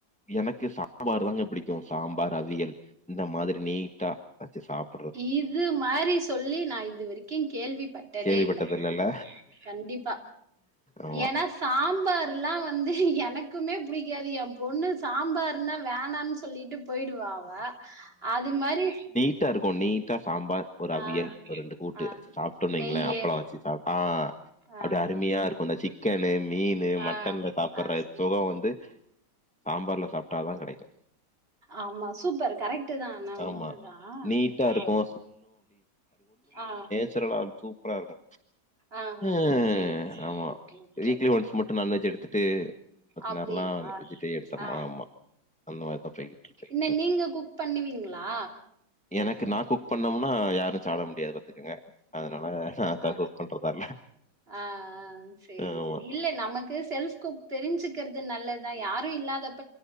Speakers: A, in the centre; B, on the right (about 35°).
A: எனக்கு சாம்பார் தாங்க பிடிக்கு சாம்பார் அவியல் இந்த மாதிரி நீட்டா வச்சு சாப்
B: இது மாரி சொல்லி நா இது வரைக்கு கேள்விப்பட்டதே
A: கேள்விப்பட்டது
B: இல்ல
A: இல்லல்ல
B: கண்டிப்பா
A: ஆமா
B: ஏன்னா சாம்பார்லா வந்து எனக்குமே பிடிக்காது ஏ பொண்ணு சாம்பாருனா வேணான்னு சொல்லிட்டு போயிடுவா அவ அது மாரி
A: ட்டா இருக்கு நீட்டா சாம்பார் ஒரு அவியல்
B: ஆ
A: ஒரு ரெண்டு கூட்டு
B: ஆ
A: சாப்ட்டோனீங்ளே
B: நெய்யு
A: அப்பளோ வச்சு சாப்ட்டா ஆஹ் அப்டியே
B: ஆ
A: அருமையா இருக்கு அந்த சிக் சிக்கனு மீனு மட்டன்ல
B: ஆ
A: சாப்புட்ற
B: ஆ
A: சுகோ வந்து சாம்பார்ல சாப்ட்டா தா கிடைக்கு
B: ஆமா சூப்பர் கரெக்ட் ட்டு தா ஆனா உண்மதா
A: ஆமா நீட்டா
B: ஆ
A: இருக்கு
B: ஆ
A: சுரலா சூப்பரா இருக்கு
B: ஆ
A: ம்
B: ஆ சேரி சேரி
A: ஆமா
B: ஓகே ஓகே
A: வீக்லி ஒன்ஸ் மட்டு நான்வெஜ் எடுத்துட்டு பாத்திங்க
B: அப்டியா
A: அப்புனா விஜிட்டே எடுத்தமா
B: ஆ
A: ஆமா அந்த மாரிதா போய்க்கிட்டுருக்கு
B: மே நீங்க குக் பண்ணுவீங்ளா
A: எனக்கு நா குக் பண்ணோம்னா யாரு சாப்ட முடியாது த்துக்கங்க அதனால நா தா
B: ஆ
A: குக் பண்றதால
B: ஆ ஆ சரி
A: ஆமா
B: சரி. இல்ல நமக்கு செல்ஃப் குக் தெரிஞ்சுக்கிறது நல்லதுதா யாரு இல்லாதப்